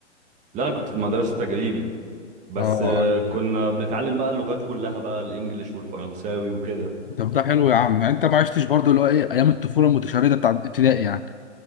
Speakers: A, on the right; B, on the left.
A: لا أنا كنت في مدرسة تجريبي بس
B: اه
A: آه،
B: ايوه
A: كنا بنتعلم بقى اللغات كلها بقى الإنجليش والفرنساوي وكده
B: طب ده حلو يا عم يعني انت ما عشتش برضو اللي هو ايه ايام الطفوله المتشرده بتاع ابتدائي يعني